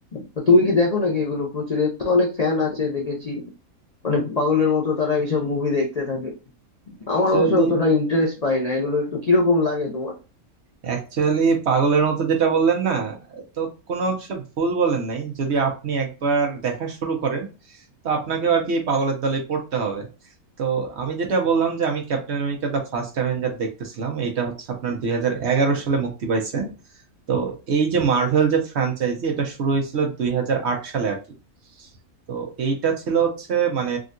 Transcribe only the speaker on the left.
তো তুমি কি দেখো নাকি এগুলো প্রচুর এর তো অনেক ফ্যান আছে দেখেছি মানে পাগলের মতো তারা এইসব মুভি দেখতে থাকে
আমার অবশ্য অতটা ইন্টারেস্ট পাই না এগুলো একটু কিরকম লাগে তোমার